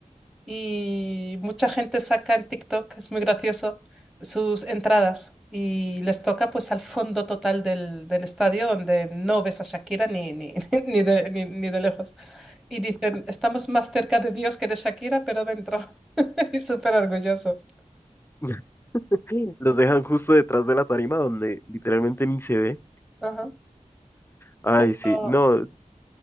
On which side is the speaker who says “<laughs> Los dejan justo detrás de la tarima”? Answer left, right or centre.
Left